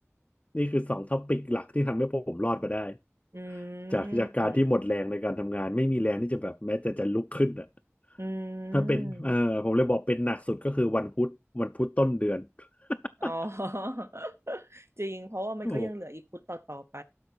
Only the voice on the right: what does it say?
อื
มอื
ม
อ๋อ <laughs> จริงเพราะว่ามันก็ยังเหลืออีกพุธต่อๆไป